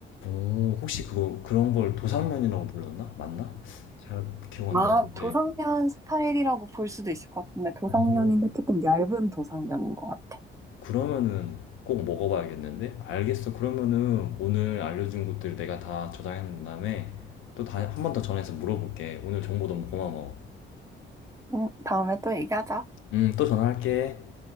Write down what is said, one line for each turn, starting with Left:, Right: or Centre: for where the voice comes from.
Left: 오, 혹시 그거 그런 걸 도상면이라고 불렀나? 맞나? 잘 기억 안
Right: 아,
Left: 나는데.
Right: 도상면 스타일이라고 볼 수도 있을 것 같은데 도상면인데
Left: 오.
Right: 조금 얇은 도상면인 것 같아.
Left: 그러면은 꼭 먹어봐야겠는데? 알겠어. 그러면은 오늘 알려준 것들 내가 다 저장한 다음에 또 다 한 번 더 전화해서 물어볼게. 오늘 정보 너무 고마워.
Right: 음, 다음에 또 얘기하자.
Left: 음, 또 전화할게.